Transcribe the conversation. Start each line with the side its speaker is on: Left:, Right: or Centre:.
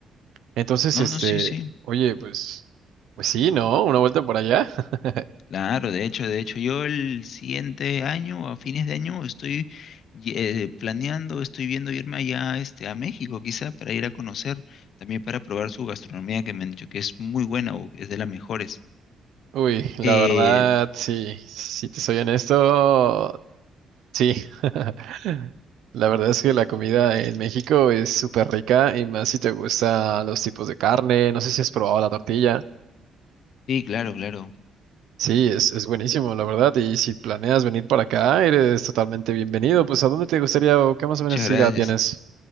Right: Entonces,
Left: No,
Right: este,
Left: no, sí, sí.
Right: oye, pues, pues sí, ¿no? Una vuelta por allá. <laughs>
Left: Claro, de hecho, de hecho, yo el siguiente año, a fines de año, estoy y- eh, planeando, estoy viendo irme allá este, a México, quizá para ir a conocer, también para probar su gastronomía, que me han dicho que es muy buena o es de las mejores.
Right: Uy, la
Left: Eh,
Right: verdad, sí, si te soy honesto, sí. <laughs> La verdad es que la comida en México es súper rica y más si te gustan los tipos de carne. No sé si has probado la tortilla.
Left: sí, claro, claro.
Right: Sí, es, es buenísimo, la verdad. Y si planeas venir para acá, eres totalmente bienvenido. Pues, ¿a dónde te gustaría o qué más
Left: Muchas
Right: o menos ciudad
Left: gracias.
Right: tienes?